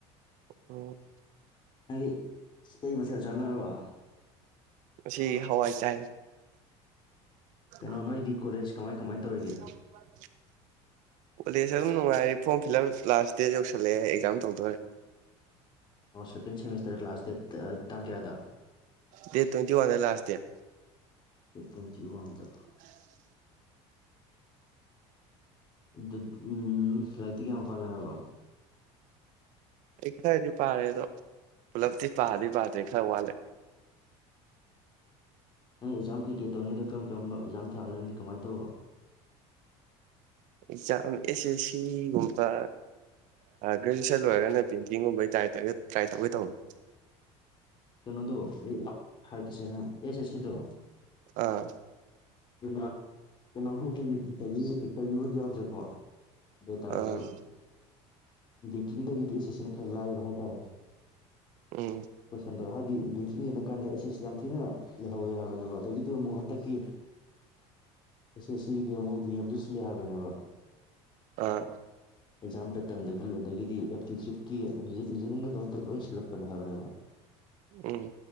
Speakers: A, on the right; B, on the left.
A: ꯑꯣ
B: ꯍꯥꯏꯗꯤ ꯇꯩ ꯃꯁꯦꯜꯗ ꯆꯥꯟꯅꯔꯕ
A: ꯉꯁꯤ ꯍꯋꯥꯏ ꯆꯥꯏ <unintelligible>
B: ꯀꯩꯅꯣ ꯅꯣꯏꯗꯤ ꯀꯣꯂꯦꯖ ꯀꯃꯥꯏ ꯀꯃꯥꯏ ꯇꯧꯔꯤꯒꯦ
A: <inaudible> ꯀꯣꯂꯦꯖ ꯑꯗꯨꯝ ꯅꯨꯡꯉꯥꯏꯔꯤ form fill up last day ꯌꯧꯁꯜꯂꯛꯑꯦ ꯑꯦꯛꯖꯥꯝ ꯇꯧꯗꯣꯔꯦ
B: ꯑꯣ ꯁꯦꯀꯦꯟ ꯁꯦꯃꯤꯁꯇꯔ ꯂꯥꯁ ꯗꯦꯠ ꯇꯥ ꯇꯥꯡ ꯀꯌꯥꯗ
A: ꯗꯦꯠ ꯇ꯭ꯋꯦꯟꯇꯤ ꯋꯥꯟꯗ ꯂꯥꯁ ꯗꯦꯠ
B: ꯇꯋꯥꯟꯇꯤ ꯋꯥꯝꯗ
A: <unintelligible>
B: ꯑꯗꯨ ꯎꯝ ꯂꯥꯏꯔꯤꯛꯇꯤ ꯀꯌꯥꯝ ꯄꯥꯅꯔꯕ
A: ꯑꯩ ꯈꯔꯗꯤ ꯄꯥꯔꯦ ꯑꯗꯣ ꯄꯨꯂꯞꯇꯤ ꯄꯥꯗꯤ ꯄꯥꯗ꯭ꯔꯦ ꯈꯔ ꯋꯥꯠꯂꯦ
B: ꯑꯦꯛꯖꯝ ꯀꯩ ꯀꯩ ꯇꯧꯅꯤꯗ ꯀꯝ ꯀꯔꯝꯕ ꯑꯦꯛꯖꯥꯝ ꯊꯥꯒꯅꯤ ꯅꯪꯗꯤ ꯀꯃꯥꯏꯅ ꯑꯇꯣ
A: ꯑꯦꯛꯖꯥꯝ ꯑꯦꯁ ꯑꯦꯁ ꯁꯤꯒꯨꯝꯕ ꯒ꯭ꯔꯦꯖꯨꯋꯦꯁꯟ ꯂꯣꯏꯔꯒꯅ ꯄꯦꯟꯇꯤꯡꯒꯨꯝꯕ ꯇ ꯇ꯭ꯔꯥꯏ ꯇꯧꯒꯦ ꯇꯧꯕꯅꯤ
B: ꯗꯣ ꯍꯥꯏꯔ ꯀꯁꯦꯅ ꯑꯦꯁꯦ ꯁꯤꯗꯣ
A: ꯑꯥ
B: ꯀ ꯀꯩꯅꯣꯇꯚꯤꯨ ꯏꯟꯇꯔꯚꯤꯌꯨꯕꯨꯗꯤ ꯌꯥꯎꯗ꯭ꯔꯦꯀꯣ ꯑꯗꯨ ꯇꯥꯔꯁꯨ
A: ꯑꯥ
B: ꯀꯤ ꯆꯤꯡꯗꯒꯤꯗꯤ ꯑꯦꯁ ꯑꯦꯁꯁꯤꯅ ꯈꯔ ꯂꯥꯏꯕ ꯍꯥꯏꯇꯥꯔꯦ
A: ꯎꯝ
B: ꯍ ꯑꯗꯣ ꯍꯥꯏꯗꯤ ꯕꯦꯡꯀꯤꯡ ꯌꯦꯡꯅ ꯀꯥꯟꯗ ꯑꯦꯁꯦꯁ ꯌꯥꯝ ꯊꯤꯅ ꯂꯩꯍꯧꯋꯦ ꯍꯥꯏꯕꯅꯦꯕ ꯑꯗꯒꯤꯗꯤ ꯑꯃꯨꯛ ꯍꯟꯗꯛꯀꯤ ꯑ ꯁꯤꯒꯤꯗꯤ ꯑꯃꯨꯛ ꯅꯤꯌꯝꯗꯨ ꯁꯤꯜꯂꯦ ꯍꯥꯏꯕꯅꯦꯕ
A: ꯑꯥ
B: ꯑꯦꯖꯥꯄꯦꯠ ꯇꯟꯗꯒꯤ ꯑꯗꯒꯤꯗꯤ ꯑꯦꯞꯇꯤꯆꯠ ꯖꯅꯤꯡ ꯑꯣ ꯍꯟꯇꯛ ꯂꯣꯏ ꯁꯤꯜꯂꯛꯄꯅꯦ ꯍꯥꯏꯕꯅꯦꯕ
A: ꯎꯝ